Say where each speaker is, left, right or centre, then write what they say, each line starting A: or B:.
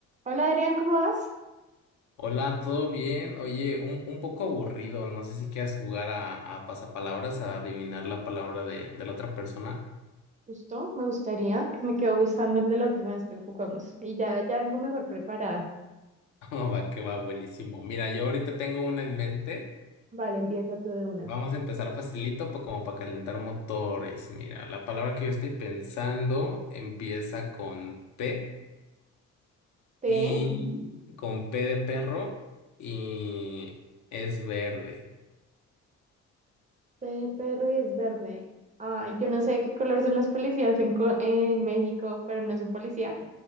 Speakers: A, on the right; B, on the left.
A: Hola Adrián, ¿cómo vas?
B: Hola, ¿todo bien? Oye, un, un poco aburrido. No sé si quieras jugar a, a pasapalabras, a adivinar la palabra de, de la otra persona.
A: Justo, me gustaría. Me quedó gustando el de la última vez que jugamos. Y ya, ya vengo mejor preparada.
B: <laughs> Oh, Va que va buenísimo. Mira, yo ahorita tengo una en mente.
A: Vale, empieza tú de una.
B: Vamos a empezar facilito, pa- como para calentar motores. Mira, la palabra que yo estoy pensando empieza con P
A: T,
B: y
A: Ujú.
B: con P de perro y es verde.
A: P de perro y es verde. Ay, yo no sé de qué color son los policías en, Co- en México, pero no es un policía.